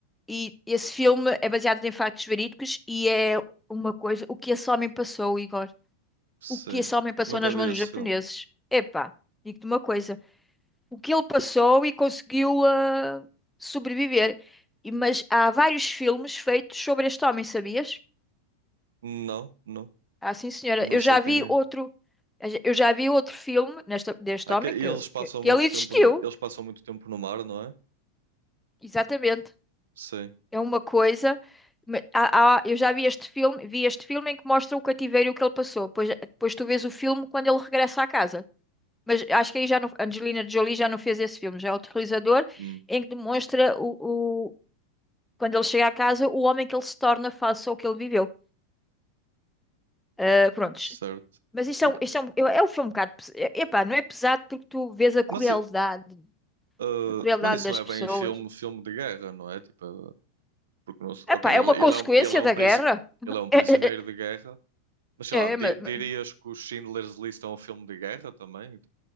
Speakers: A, in the centre; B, on the right (about 60°).
A: e esse filme é baseado em factos verídicos e é uma coisa. O que esse homem passou, Igor?
B: sim.
A: O que esse homem passou
B: Nunca
A: nas
B: vi
A: mãos
B: esse
A: dos japoneses?
B: filme.
A: Epá, digo-te uma coisa. O que ele passou e conseguiu ah, sobreviver. E- Mas há vários filmes feitos sobre este homem, sabias?
B: Não, não,
A: Ah, sim, senhora.
B: não
A: Eu
B: sei
A: já
B: quem
A: vi
B: é.
A: outro, eu já vi outro filme nesta, deste
B: Ah,
A: homem
B: que e
A: que,
B: eles passam
A: que, que
B: muito
A: ele existiu.
B: tempo no, eles passam muito tempo no mar, não é?
A: Exatamente.
B: Sim.
A: É uma coisa. ma- há- há- eu já vi este filme, vi este filme em que mostra o cativeiro que ele passou. Depois, depois tu vês o filme quando ele regressa à casa. Mas acho que aí já não, Angelina Jolie já não fez esse filme, já é outro realizador,
B: Hum,
A: em que demonstra o, o- quando ele chega à casa, o homem que ele se torna face ao que ele viveu. Ah, prontos.
B: certo.
A: Mas isto
B: E
A: é um,
B: que-
A: isto é um, eu- é um filme um bocado. pes- e- Epá, não é pesado porque tu vês a crueldade,
B: mas, i- ah,
A: a crueldade
B: mas isso
A: das
B: não é bem
A: pessoas.
B: filme, filme de guerra, não é? Tipo, Porque não, se-
A: Epá,
B: ok,
A: é
B: ele,
A: uma consequência
B: ele é um, ele é um,
A: da
B: prisi-
A: guerra. <laughs>
B: ele é um prisioneiro
A: É, é,
B: de guerra, mas sei
A: é,
B: lá, di-
A: é, ma-
B: dirias
A: ma-
B: que o Schindler's List é um filme de guerra também?